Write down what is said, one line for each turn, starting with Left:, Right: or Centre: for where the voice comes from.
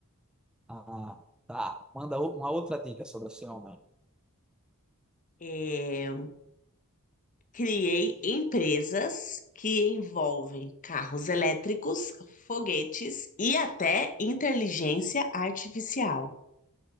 Centre: Ah, tá. Manda o- uma outra dica sobre esse homem.
Left: É, criei empresas que envolvem carros elétricos, foguetes e até inteligência artificial.